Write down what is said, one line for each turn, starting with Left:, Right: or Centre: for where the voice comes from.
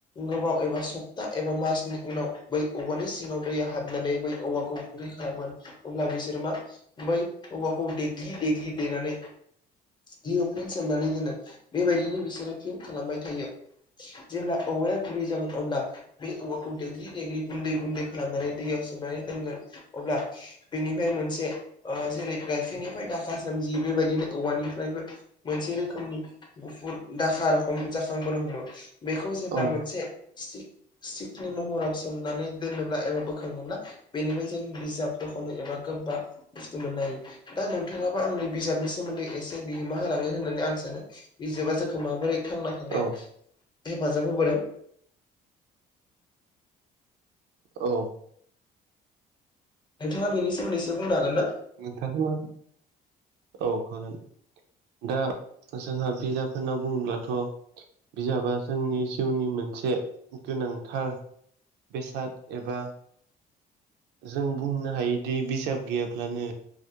Left: गोबाव एबा सप्ता एबा मास नि उनाव बै औवानि सिङाव दैया हाबनानै बै औवाखौ गुरै खालामोन अब्ला बिसोरो मा बै औवाखौ देग्लि देग्लि देनानानै दै फिन सोमनानै दोनो बेबायदिनो बिसोरो फिन खालामबाय थायो। जेब्ला औवाया गुरै जागोन अब्ला बे औवाखौ दग्लि देग्लि गुन्दै गुन्दै खालामनानै दै सोमनानै दोनगोन अब्ला बेनिफ्राय मोनसे ओ जेरै गाइखेरनिफ्राय दाखा सोमजियो बेबायदिनो औवानिफ्रायबो मोनसे रोखोमनि गुफुर दाखा रखम जाखांबोनो हमो। बेखौ जेब्ला
Right: औ
Left: मोनसे सि सि नि महराव सोमनानै दोनोब्ला एबा बोखाङोब्ला बेनिफ्राय जों बिजाब दख'नो एबा गोबा बुस्थु मोनो हायो। दा नोंथाङाबो आंनि बिजाबनि सोमोन्दै एसे बिहोमा होलाङो होननानै आं सानो बिजाबा जोंखौ माबोरै थांना थानायाव
Right: औ
Left: हेफाजाब होबोदों
Right: औ
Left: नोंथाङा बेनि सोमोन्दैसो बुंनो हागोन ना?
Right: नोंथां मा औ होगोन। दा जोंहा बिजाब होनना बुंङोब्लाथ' बिजाबा जोंनि जिउनि मोनसे गोनांथार बेसाद एबा जों बुंनो हायोदि बिजाब गैयाब्लानो